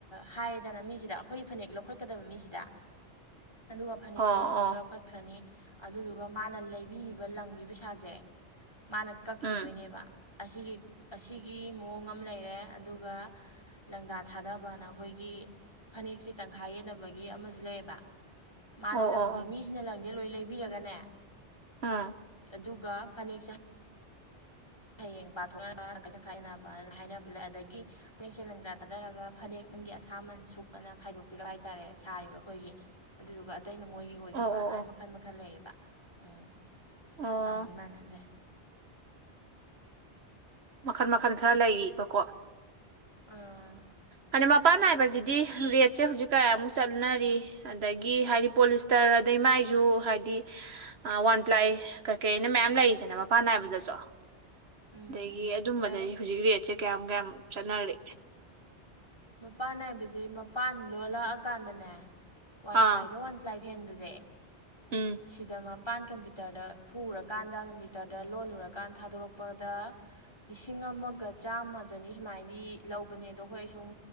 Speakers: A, on the left (about 25°); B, on the right (about 65°).
A: ꯍꯥꯏꯔꯦꯗꯅ ꯃꯤꯖꯤꯗ ꯑꯈꯣꯏꯒꯤ ꯐꯅꯦꯛ ꯂꯧꯈꯠꯀꯗꯕ ꯃꯤꯖꯤꯗꯥ ꯑꯗꯨꯒ ꯐꯅꯦꯛꯁꯦ
B: ꯑꯣ
A: ꯃꯣꯏꯅ
B: ꯑꯣ
A: ꯂꯣꯏ ꯂꯧꯈꯠ ꯆꯠꯈ꯭ꯔꯅꯤ ꯑꯗꯨꯗꯨꯒ ꯃꯥꯅ ꯂꯩꯕꯤꯔꯤꯕ ꯂꯪꯗꯨꯒꯤ ꯄꯩꯁꯥꯁꯦ ꯃꯥꯅ ꯀꯛꯈꯤꯗꯣꯏꯅꯦꯕ
B: ꯎꯝ
A: ꯑꯁꯤꯒꯤ ꯑꯁꯤꯒꯤ ꯃꯑꯣꯡ ꯑꯃ ꯂꯩꯔꯦ ꯑꯗꯨꯒ ꯂꯪꯗꯥ ꯊꯥꯗꯕꯅ ꯑꯩꯈꯣꯏꯒꯤ ꯐꯅꯦꯛꯁꯦ ꯇꯪꯈꯥꯏ ꯌꯦꯟꯅꯕꯒꯤ ꯑꯃꯁꯨ ꯂꯩꯌꯦꯕ ꯃꯥꯅ
B: ꯑꯣ
A: ꯂꯪꯁꯦ
B: ꯑꯣ ꯑꯣ
A: ꯃꯤꯁꯤꯅ ꯂꯪꯁꯦ ꯂꯣꯏ ꯂꯩꯕꯤꯔꯒꯅꯦ
B: ꯑꯥ
A: ꯑꯗꯨꯒ ꯐꯅꯦꯛ ꯁꯦ ꯍꯌꯦꯡ ꯄꯥꯊꯣꯛꯅꯔꯒ ꯇꯪꯈꯥꯏ ꯇꯪꯈꯥꯏ ꯌꯦꯟꯅꯕꯅ ꯍꯥꯏꯅꯕ ꯂꯩ ꯑꯗꯒꯤ ꯐꯅꯦꯛꯁꯦ ꯂꯪꯖꯥ ꯊꯥꯗꯔꯒ ꯐꯅꯦꯛ ꯅꯪꯒꯤ ꯑꯁꯥꯃꯟ ꯁꯨꯛ ꯑꯅ ꯈꯥꯏꯗꯣꯛꯄꯤꯔꯛꯄ ꯍꯥꯏꯇꯥꯔꯦ ꯁꯥꯔꯤꯕ ꯑꯩꯈꯣꯏꯒꯤ ꯑꯗꯨꯗꯨꯒ ꯑꯇꯩꯅ ꯃꯣꯏꯒꯤ ꯑꯣꯏꯈꯤꯕ
B: ꯑꯣ ꯑꯣ
A: ꯑꯗꯨꯃꯥꯏꯅ
B: ꯑꯣ
A: ꯃꯈꯜ ꯃꯈꯜ ꯂꯩꯌꯦꯕ ꯎꯝ
B: ꯑꯣ
A: ꯃꯥꯟꯗꯤ ꯃꯥꯟꯅꯗ꯭ꯔꯦ
B: ꯃꯈꯟ ꯃꯈꯜ ꯈꯔ ꯂꯩꯔꯤꯕꯀꯣ
A: ꯑꯝ
B: ꯍꯥꯏꯗꯤ ꯃꯄꯥꯟ ꯅꯥꯏꯕꯁꯤꯗꯤ ꯔꯦꯠꯁꯦ ꯍꯧꯖꯤꯛ ꯀꯌꯥꯃꯨꯛ ꯆꯠꯅꯔꯤ ꯑꯗꯒꯤ ꯍꯥꯏꯗꯤ ꯄꯣꯂꯤꯁꯇꯔ ꯑꯗꯩ ꯃꯥꯏꯁꯨ ꯍꯥꯏꯗꯤ ꯑ ꯋꯥꯟ ꯄ꯭ꯂꯥꯏ ꯀꯩꯀꯩꯅ ꯃꯌꯥꯝ ꯂꯩꯔꯤꯗꯅ ꯃꯄꯥꯟ ꯅꯥꯏꯕꯗꯁꯨ
A: ꯎꯝ
B: ꯑꯗꯒꯤ ꯑꯗꯨꯝꯕꯗꯗꯤ
A: ꯂꯩ
B: ꯍꯧꯖꯤꯛ ꯔꯦꯠꯁꯦ ꯀꯌꯥꯝ ꯀꯌꯥꯝ ꯆꯠꯅꯔꯤ
A: ꯃꯄꯥꯟ ꯅꯥꯏꯕꯁꯤ ꯃꯄꯥꯟ ꯂꯣꯜꯂꯛꯑꯀꯥꯟꯗꯅꯦ ꯋꯥꯟ
B: ꯑꯥ
A: ꯄ꯭ꯂꯥꯏꯗ ꯋꯥꯟ ꯂꯥꯏ ꯐꯦꯟꯕꯁꯦ
B: ꯎꯝ
A: ꯁꯤꯗ ꯃꯄꯥꯟ ꯀꯝꯄ꯭ꯌꯨꯇꯔꯗ ꯐꯨꯔꯀꯥꯟꯗ ꯀꯝꯄ꯭ꯌꯨꯇꯔꯗ ꯂꯣꯜꯂꯨꯔꯀꯥꯟ ꯊꯥꯗꯣꯔꯛꯄꯗ ꯂꯤꯁꯤꯡ ꯑꯃꯒ ꯆꯥꯝꯃ ꯆꯅꯤ ꯁꯨꯃꯥꯏꯅꯗꯤ ꯂꯧꯕꯅꯦ ꯑꯗꯣ ꯑꯩꯈꯣꯏ ꯗꯨꯝ